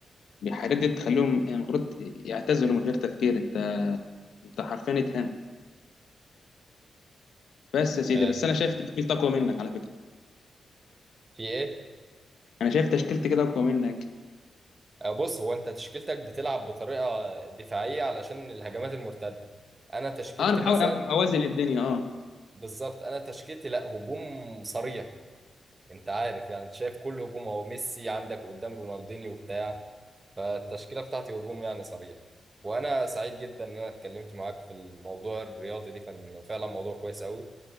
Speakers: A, on the left; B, on the right.
A: الحاجات دي تخليهم يعني المفروض يعتزلوا من غير تفكير انت انت حرفيا اتهنت بس يا سيدي
B: آه،
A: بس انا شايف تشكيلتي اقوى منك على فكره
B: في ايه
A: انا شايف تشكيلتي كده اقوى منك
B: آه، بص هو انت تشكيلتك بتلعب بطريقه دفاعيه علشان الهجمات المرتده انا تشكيلتي
A: اه انا بحاول
B: مثلا
A: أ- اوازن الدنيا اه
B: بالظبط انا تشكيلتي لا هجوم صريح انت عارف يعني انت شايف كل هجوم اهو ميسي عندك قدام رونالدينيو بتاع فالتشكيلة بتاعتي هجوم يعني صريح وأنا سعيد جدا إن أنا اتكلمت معاك في الموضوع الرياضي ده كان فعلا موضوع كويس قوي